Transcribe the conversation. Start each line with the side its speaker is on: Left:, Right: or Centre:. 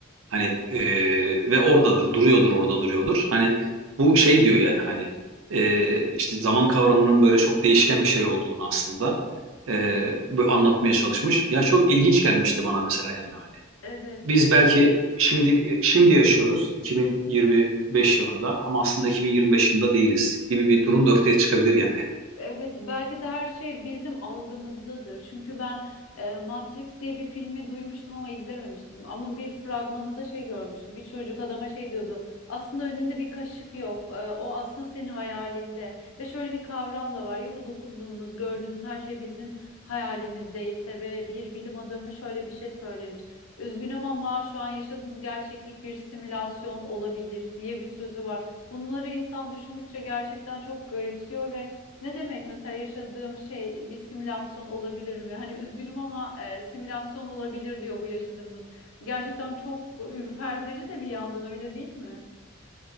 Right: Hani eee, ve oradadır, duruyordur, orada duruyordur. Hani bu şey diyor yani hani eee, işte zaman kavramının böyle çok değişken bir şey olduğunu aslında eee, böyle anlatmaya çalışmış. Ya çok ilginç gelmişti bana mesela yani hani
Left: Evet.
Right: biz belki şimdi şimdi yaşıyoruz 2025 yılında ama aslında 2025 yılında değiliz gibi bir durum da ortaya çıkabilir yani.
Left: Evet, belki de her şey bizim algımızdadır. Çünkü ben e, Matrix diye bir filmi duymuştum ama izlememiştim. Ama bir fragmanı da şey görmüştüm. Bir çocuk adama şey diyordu. Aslında önünde bir kaşık yok. E, o aslında senin hayalinde. Ve şöyle bir kavram da var. Ya bu dokunduğumuz, gördüğümüz her şey bizim hayalimizdeyse ve bir bilim adamı şöyle bir şey söylemiş. Üzgünüm ama şu an yaşadığınız gerçeklik bir simülasyon olabilir diye bir sözü var. Bunları insan düşündükçe gerçekten çok garipsiyor ve ne demek mesela yaşadığım şey bir simülasyon olabilir mi? Hani üzgünüm ama e, simülasyon olabilir diyor bu yaşadığımız. Gerçekten çok ürpertici de bir yandan öyle değil mi?